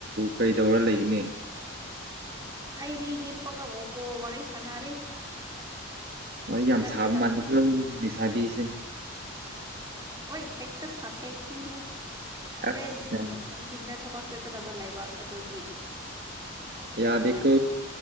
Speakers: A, on the right; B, on the right.
A: ꯀꯩꯗꯧꯔ ꯂꯩꯒꯅꯤ
B: ꯑꯩꯗꯤ ꯍꯤꯞꯄꯒ ꯀꯣꯜ ꯋꯥꯔꯤ ꯁꯥꯟꯅꯔꯤ
A: ꯋꯥꯔꯤ ꯌꯥꯝ
B: ꯆꯠꯀꯗꯕ
A: ꯁꯥꯕ ꯃꯥꯟꯅꯦ ꯈ ꯂꯩꯁꯥꯕꯤꯁꯦ
B: ꯍꯣꯏ ꯍꯦꯛꯇ ꯁꯥꯊꯦꯛ ꯄꯤꯅꯦ
A: ꯑꯁ
B: ꯍꯣꯔꯦꯟ ꯅꯨꯡꯊꯤꯟꯗ ꯊꯕꯛ ꯆꯠꯀꯗꯕ ꯂꯩꯕ ꯑꯗꯨꯒꯤ
A: ꯌꯥꯗꯦꯀꯣ
B: ꯉꯥ